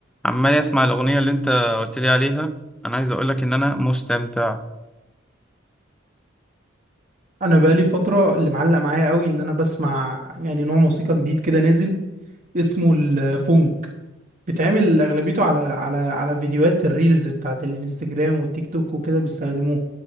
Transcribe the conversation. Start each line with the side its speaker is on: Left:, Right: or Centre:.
Centre: عمال اسمع الاغنيه اللي انت قلت لي عليها انا عايز اقول لك ان انا مستمتع
Right: انا بقالي فتره اللي معلق معايا قوي ان انا بسمع يعني نوع موسيقى جديد كده نازل اسمه الفونك بيتعمل اغلبيته على على على فيديوهات الريلز بتاعت الانستجرام والتيك توك وكده بيستخدموه